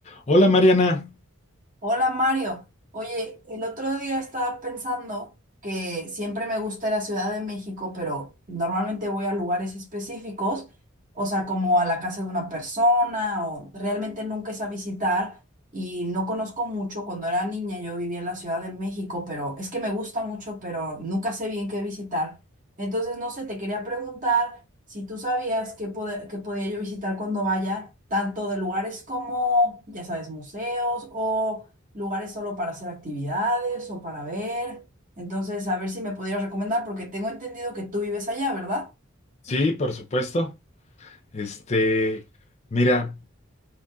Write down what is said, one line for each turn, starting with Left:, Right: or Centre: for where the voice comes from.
Left: Hola Mariana.
Right: Hola Mario, oye, el otro día estaba pensando que siempre me gusta la Ciudad de México, pero normalmente voy a lugares específicos, o sea, como a la casa de una persona o realmente nunca es a visitar y no conozco mucho. Cuando era niña yo vivía en la Ciudad de México, pero es que me gusta mucho, pero nunca sé bien qué visitar. Entonces, no sé, te quería preguntar si tú sabías qué, pode- qué podía yo visitar cuando vaya, tanto de lugares como, ya sabes, museos o lugares solo para hacer actividades o para ver. Entonces, a ver si me pudieras recomendar, porque tengo entendido que tú vives allá, ¿verdad?
Left: Sí, por supuesto. Este, mira,